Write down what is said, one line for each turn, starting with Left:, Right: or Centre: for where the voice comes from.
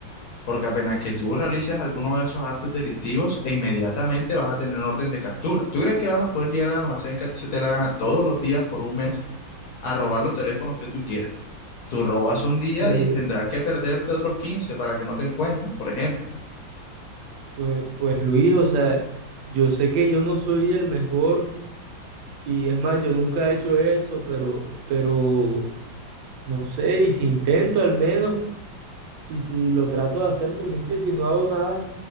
Left: porque apenas que tú realices alguno de esos actos delictivos, e inmediatamente vas a tener orden de captura. ¿Tú crees que vas a poder llegar al almacén que a ti se te la gana todos los días por un mes a robar los teléfonos que tú quieras? Tú robas un día
Right: Pues,
Left: y tendrás que perderte otros 15 para que no te encuentren, por ejemplo.
Right: pues, pues, Luis, o sea, yo sé que yo no soy el mejor y es más, yo nunca he hecho eso, pero, pero, no sé, y si intento al menos, y si lo trato de hacer, porque es que si no hago nada,